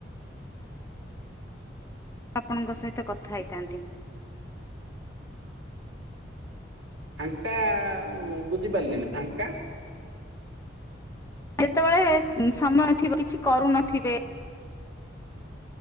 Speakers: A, on the left (about 15°); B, on the right (about 80°).
A: ଆପଣଙ୍କ ସହିତ କଥା ହେଇଥାନ୍ତି।
B: ଫାଙ୍କା ବୁଝିପାରିଲିନି ଫାଙ୍କା
A: ଯେତେବେଳେ ସ ସମୟ ଥିବ କିଛି କରୁନଥିବେ।